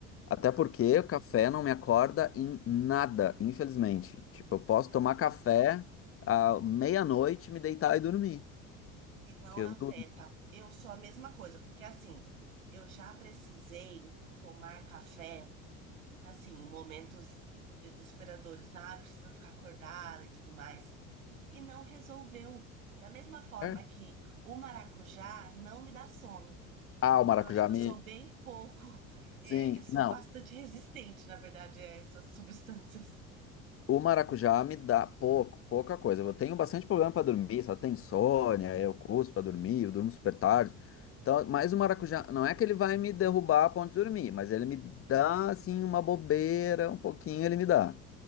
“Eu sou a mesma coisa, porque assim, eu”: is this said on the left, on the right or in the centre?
Right